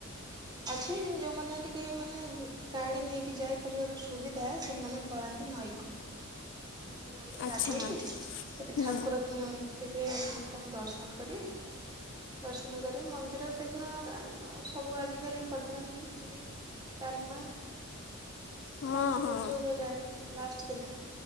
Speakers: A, on the right; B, on the left.
A: ଅଛି ଯୋଉମାନେ ଟିକେ ମାନେ ଗାଡ଼ି ନେଇକି ଯାଇପାରିବାର ସୁବିଧା ସେମାନେ ପଳାନ୍ତି ନଈକୁ। ସେମାନେ ନଈରେ
B: ଆଚ୍ଛା
A: ଗାଧୋଇକି ସେଇଠି
B: ହୁଁ
A: ଠାକୁର ଥିବେ ତାଙ୍କୁ ଦର୍ଶନ କରି ଦର୍ଶନ କରି ମନ୍ଦିରରେ ଦେଖୁନ ସବୁ ଆଜିକାଲି କରିଦେଲାଣି ଖିଚୁଡି। ଡାଲମା
B: ହଁ
A: ପଞ୍ଚଗୋଲ
B: ହଁ
A: ଯୋଉ ହୁଯାଏ ଲାଷ୍ଟ ଦିନ।